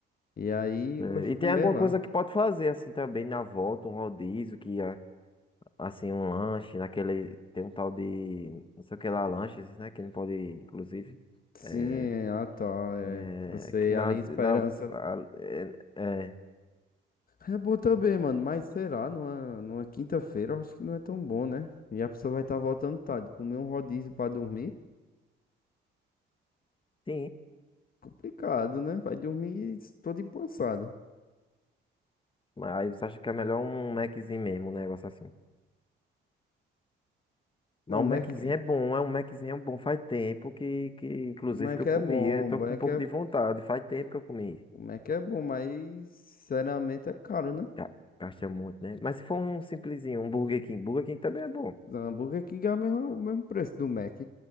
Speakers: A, on the left (about 45°); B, on the left (about 25°).
A: E aí
B: É,
A: eu gosto de
B: e
A: comer
B: tem alguma
A: lá.
B: coisa que pode fazer assim também na volta, um rodízio, que é, assim, um lanche, naquele. Tem um tal de. Não sei o que lá, lanches, né? Que não pode, inclusive.
A: Sim,
B: É,
A: é, ah tá, é.
B: é,
A: Eu sei,
B: que na,
A: além
B: na,
A: esperança.
B: a- é, é,
A: É bom também, mano, mas será lá, numa, numa quinta-feira eu acho que não é tão bom, né? E a pessoa vai estar voltando tarde, comer um rodízio pra dormir,
B: sim.
A: complicado, né? Vai dormir todo empançado.
B: Mas Aí você acha que é melhor um Maczinho mesmo, um negócio assim. Não,
A: Mas o Mac,
B: um Maczinho é bom, é um Maczinho é um bom. Faz tempo que, que inclusive,
A: o Mac
B: que eu
A: é
B: comi.
A: bom,
B: Eu tô
A: o Mac
B: com um pouco
A: é,
B: de vontade. Faz tempo que eu comi.
A: o Mac é bom, mas sinceramente é caro, né?
B: Ga- Gasta muito, né? Mas se for um simplesinho, um Burger King. Burger King também é bom.
A: O Burger King é o mesmo, o mesmo preço do Mac.